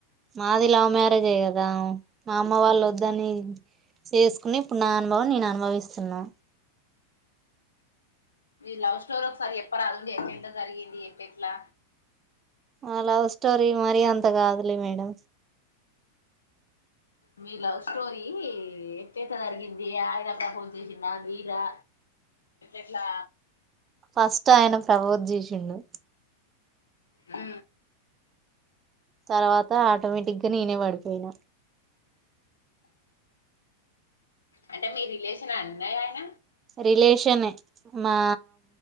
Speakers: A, on the right; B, on the left.
A: మాది లవ్ మ్యారేజే కదా మా అమ్మ వాళ్ళు వద్దని చేసుకుని ఇప్పుడు నా అనుభవం నేను అనుభవిస్తున్నా
B: ఈ లవ్ స్టోరీ ఒకసారి ఎప్ప రాదుండి ఎట్ ఎట్లలా జరిగింది ఎప్ప ఎట్లా
A: ఆ లవ్ స్టోరీ మరీ అంత కాదులే మేడం
B: మీ లవ్ స్టోరీ ఎట్ట ఎట జరిగింది ఆయన ఫోన్ చేసిండా మీరా ఎట్లా
A: ఫస్ట్ ఆయన ప్రబోద్ చేషిండు
B: హ
A: తర్వాత ఆటోమేటిక్గా నేనే పడిపోయినా
B: అంటే మీ రిలేషన్ అన్నాయా ఆయన
A: రిలేషనే మా